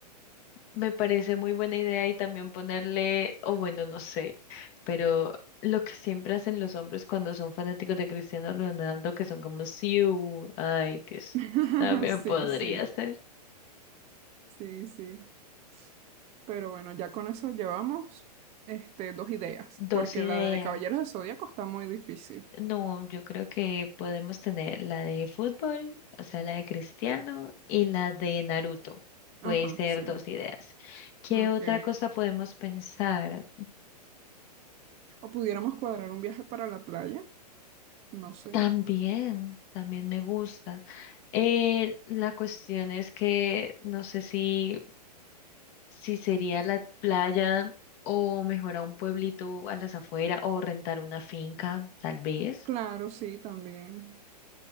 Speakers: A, on the left (about 40°); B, on the right (about 30°).
A: Me parece muy buena idea y también ponerle, o bueno, no sé, pero lo que siempre hacen los hombres cuando son fanáticos de Cristiano Ronaldo, que son como Siu, ay Dios,
B: <laughs>
A: también
B: Sí,
A: podría
B: sí,
A: ser.
B: sí, sí. Pero bueno, ya con eso llevamos este, dos ideas,
A: Dos
B: porque
A: ideas.
B: la de Caballeros del Zodíaco está muy difícil.
A: No, yo creo que podemos tener la de fútbol, o sea, la de Cristiano y la de Naruto. Puede
B: Ajá,
A: ser
B: sí.
A: dos ideas. ¿Qué
B: Ok.
A: otra cosa podemos pensar?
B: O pudiéramos cuadrar un viaje para la playa, no sé.
A: También, también me gusta. Eh, la cuestión es que no sé si, si sería la playa o mejor a un pueblito a las afueras o rentar una finca, tal vez.
B: Claro, sí, también.